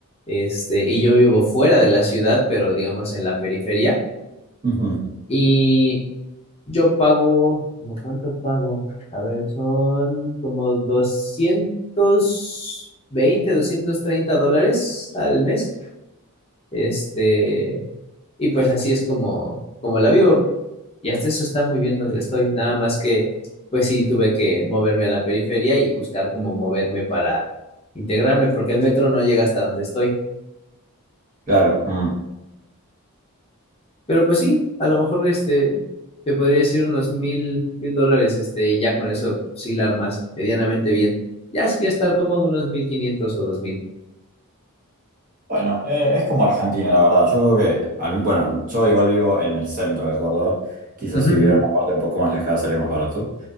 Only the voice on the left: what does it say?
este, y yo vivo fuera de la ciudad, pero digamos en la periferia.
Y yo pago, ¿cómo cuánto pago? A ver, son como doscientos veinte doscientos treinta dólares al mes. Este, Y pues así es como, como la vivo. Y hasta eso está muy bien donde estoy. Nada más que, pues sí, tuve que moverme a la periferia y buscar cómo moverme para integrarme, porque el metro no llega hasta donde estoy.
Pero pues sí, a lo mejor este, te podría decir unos mil, mil dólares, este, y ya con eso sí la armas medianamente bien. Ya si quieres estar cómodo, unos mil quinientos o dos mil.
Ujú.